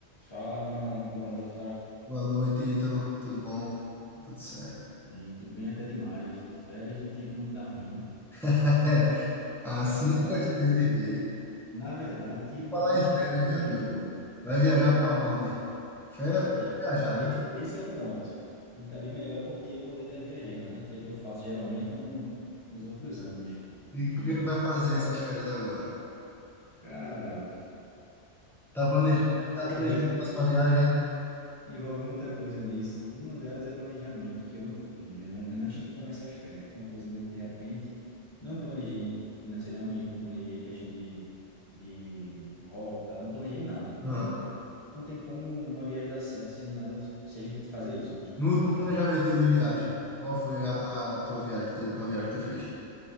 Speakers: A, on the left; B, in the centre.
A: Fala, Brunão. Boa noite, cara.
B: Boa noite, Ítalo. Tudo bom? Tudo certo.
A: Sim, tudo bem até demais. De férias não tinha como estar tá ruim, né?
B: <laughs> Assim
A: Rapaz,
B: eu gostei de ver.
A: na verdade, tinha
B: E falar
A: como
B: em férias,
A: estar de
B: meu
A: melhor.
B: amigo. Vai viajar
A: Tinha... que-
B: pra onde? Férias
A: É,
B: vai ter
A: é-
B: que viajar,
A: é
B: né?
A: esse, esse é o ponto. Podia estar bem melhor porque eu poderia estar viajando, né? Feito eu faço geralmente no, nos outros anos.
B: E
A: Que
B: por que não vai fazer essas férias agora?
A: Cara,
B: Tá planejando, aí tá
A: <laughs>
B: planejando a próxima viagem, né?
A: Envolve muita coisa nisso. Uma delas é planejamento, que eu não fiz, né? An- Antes de começar as férias. Foi uma coisa meio que de repente. Não planejei financeiramente, não planejei questão de, de rota, não planejei nada. Então,
B: Aham.
A: não tem como uma viagem dar certo sem nada, de- se a gente fazer isso, né?
B: No último
A: Na verdade,
B: planejamento teu de viagem, qual foi a, a tua viagem, a última viagem que tu fez?